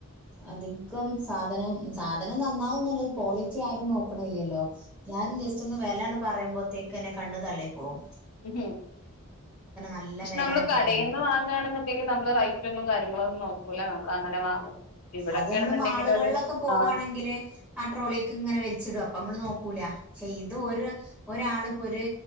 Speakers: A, in the centre; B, on the left (about 85°).
A: അധികം സാധനം, സാധനം നന്നാവന്നുള്ളത് ക്വാളിറ്റി ആരും നോക്കണില്ല്യല്ലോ. എല്ലാരും ജസ്റ്റ് ഒന്നു വെലാണ്ട് പറയുമ്പോത്തേക്കന്നെ കണ്ണു തള്ളി പോകും.
B: ഉം
A: നല്ല
B: പക്ഷെ
A: വില
B: നമ്മള്
A: ആയിട്ട്
B: കടയിന്ന്
A: തോന്നും
B: വാങ്ങാണെന്നുണ്ടെങ്കി നമ്മള് റൈറ്റൊന്നും കാര്യ ങ്ങളൊന്നും നോക്കൂല നമ്മളങ്ങനെ വാങ്ങും. ഇവിടൊക്കെയാണെന്നുണ്ടെങ്കിൽ
A: അത് നമ്മള് മാളുകളിലൊക്കെ
B: ഓല്
A: പോകുവാണെങ്കില്
B: ആഹ്
A: ആ ട്രോളിൽക്ക് ഇങ്ങനെ വലിച്ചിടും അപ്പൊ നമ്മള് നോക്കൂല. ര ചെയ്ത് ഒരാള് പ്പം ഒര്